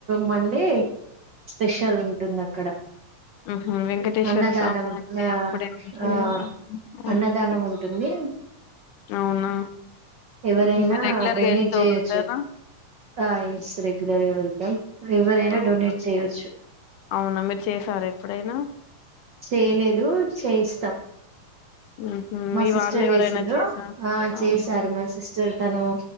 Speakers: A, on the right (about 65°); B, on the left (about 75°).
A: మండే స్పెషల్ ఉంటుంది అక్కడ
B: ఉహు వెంకటేశ్వర
A: అన్నదానం
B: స్వామి అంటే
A: ఆ
B: అప్పుడే ఉంటాయి
A: ఆ
B: కదా ఓకే
A: అన్నదానం ఉంటుంది అ
B: అవునా
A: ఎవరైనా
B: హుహు. మీరు రెగ్యులర్
A: డొనేట్
B: గా వెళ్తూ
A: చేయొచ్చు
B: ఉంటారా
A: ఎస్ రెగ్యులర్గా ఎవరైనా
B: అవునా
A: డొనేట్ చెయచ్చు
B: అవునా మీరు చేసారా ఎప్పుడైనా
A: చేయలేదు చేయిస్తాం
B: ఉహు
A: మా
B: మీ
A: సిస్టర్
B: వాళ్ళు ఎవరైనా
A: చేసిండ్రు
B: చేసా
A: ఆ
B: అవునా
A: చేసారు మా సిస్టర్ తను